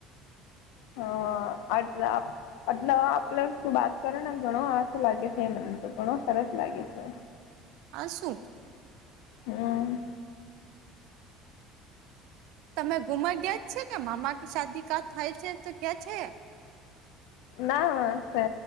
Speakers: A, on the left; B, on the right.
A: હહ આટલા એટલે આપડ શું વાત કરે ને ઘણો આછો લાગે છે મને તો. ઘણો સરસ લાગ્યો સે.
B: આ શું?
A: હમ
B: તમે ગુમાઈ ગયા જ છે કે મામા કે શાદી કા થાય છે તો ત્યાં છે?
A: ના મા સે